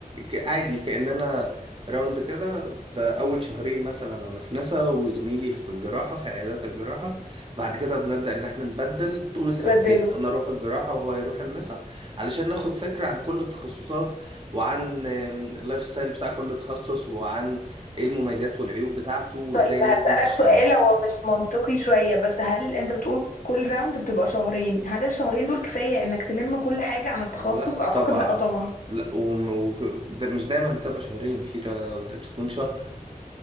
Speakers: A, on the right (about 35°); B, on the left (about 65°).
A: ك- عادي كأننا راوند كده بأول شهرين مثلا أنا في نسا وزميلي في الجراحة في عيادات الجراحة بعد كده بنبدأ إن إحنا نبدل طول السنتين
B: تبدله
A: أنا أروح الجراحة وهو يروح النسا علشان ناخد فكرة عن كل التخصصات وعن اللايف ستايل بتاع كل تخصص وعن ايه المميزات والعيوب بتاعته وازاي
B: طيب
A: الناس
B: هسألك
A: دي بتشتغل
B: سؤال هو مش منطقي شوية بس هل انت بتقول كل راوند بتبقى شهرين هل الشهرين دول كفاية انك تلم كل حاجة عن التخصص
A: لا
B: اعتقد
A: طبعا
B: لا طبعا
A: لا وم- و... ده مش دايما بتبقى شهرين في را- بتكون شهر